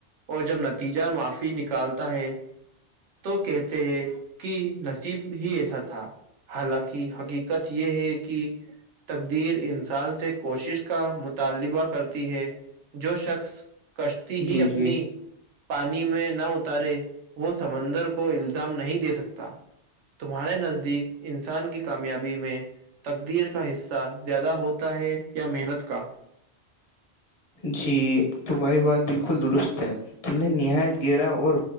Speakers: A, on the right; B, on the left.
A: اور جب نتیجہ معافی نکالتا ہے تو کہتے ہیں کہ نصیب ہی ایسا تھا حالانکہ حقیقت یہ ہے کہ تقدیر انسان سے کوشش کا مطالبہ کرتی ہے جو شخص کشتی ہی
B: جی
A: اپنی
B: جی
A: پانی میں نہ اتارے وہ سمندر کو الزام نہیں دے سکتا تمہارے نزدیک انسان کی کامیابی میں تقدیر کا حصہ زیادہ ہوتا ہے یا محنت کا
B: جی تمہاری بات بالکل درست ہے تم نے نہایت گرا اور